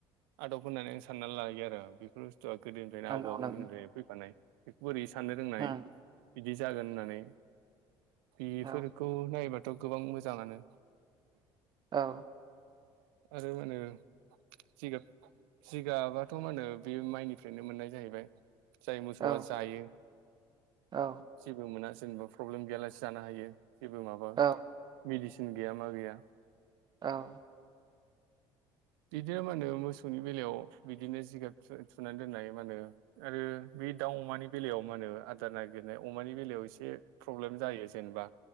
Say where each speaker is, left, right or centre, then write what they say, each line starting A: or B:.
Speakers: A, on the right (about 80°); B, on the right (about 35°).
A: आदब होननानै आं साननानै लायो आरो बेफोर बुस्थुआ गोदोनिफ्रायनो
B: नंगौ
A: आबौ आबैमोननिफ्रायनो
B: नंगौ
A: फैफानाय। बेखौ बोरै साननो रोंनाय
B: उम
A: बिदि जागोन होननानै बिफोरखौ
B: औ
A: नायोबाथ' गोबां मोजाङानो।
B: औ
A: आरो मा होनो जिगाब जिगाबाथ' मा होनो बे माइनिफ्रायनो मोननाय जाहैबाय। जाय मोसौआ
B: औ
A: जायो
B: औ
A: जेबो मोना जेनेबा प्रब्लेम गैयालासे जानो हायो जेबो माबा
B: औ
A: मेडिसिन गैया मा गैया।
B: औ
A: बिदिनो मा होनो मोसौनि बेलायाव बिदिनो जिगाब थुवा-थुनानै दोननाय मा होनो आरो बे दाउ अमानि बेलायाव मा होनो आदार नागिरनाय अमानि बेलायाव एसे प्रब्लेम जायो जेनबा